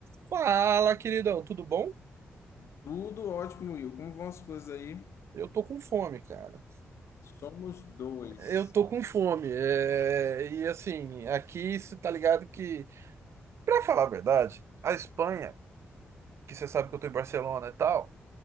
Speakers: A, on the right (about 75°); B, on the left (about 80°).
A: Fala, queridão, tudo bom?
B: Tudo ótimo, Will. Como vão as coisas aí?
A: Eu tô com fome, cara.
B: Somos dois.
A: Eu tô com fome. é, E assim, aqui você tá ligado que, pra falar a verdade, a Espanha, que você sabe que eu tô em Barcelona e tal,